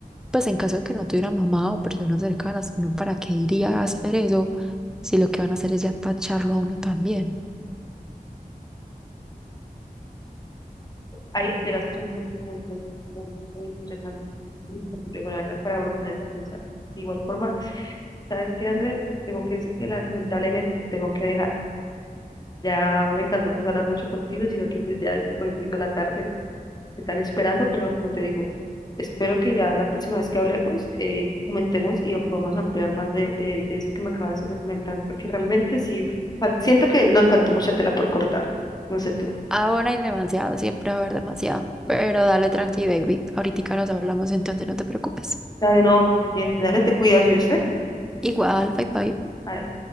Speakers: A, in the centre; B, on the left (about 25°).
A: pues en caso de que no tuviera mamá o personas cercanas, uno para qué iría a hacer eso si lo que van a hacer es ya tacharlo a uno también?
B: Ahí te gastas un punto muy, muy, muy, muy interesante, muy complejo, la verdad, para uno ponerse a pensar. De igual forma, ¿sabes qué, Andrés? Tengo que decir que lamentablemente te tengo que dejar. Ya me encantó pues hablar mucho contigo, sino que pues ya se me cogió un poquito la tarde. están esperando, pero como te digo, espero que ya la próxima vez que hablemos, eh, comentemos y podamos ampliar más de, de, de eso que me acabas de comentar, porque realmente sí, fal- siento que nos faltó mucha tela por cortar, no sé tú.
A: Ah, bueno, hay demasiado, siempre va a haber demasiado. Pero dale tranqui, baby. Ahorita nos hablamos, entonces no te preocupes.
B: Dale, no, pendiente, dale, te cuidas, ¿oíste?
A: Igual, bye bye.
B: Ay,